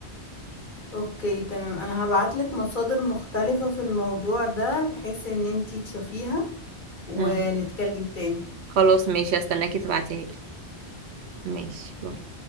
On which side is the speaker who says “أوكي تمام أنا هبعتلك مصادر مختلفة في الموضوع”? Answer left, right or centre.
Left